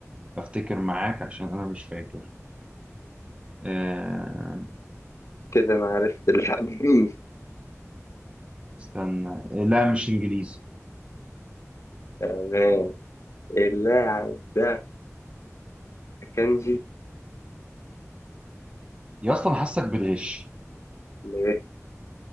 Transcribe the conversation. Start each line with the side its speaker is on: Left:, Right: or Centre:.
Right: افتكر معاك عشان انا مش فاكر آه،
Left: كده أنا عرفت اللاعب مين
Right: استنى آه، لا مش انجليزي
Left: تمام اللاعب ده كانجي
Right: يا اسطى انا حاسك بتغش
Left: ليه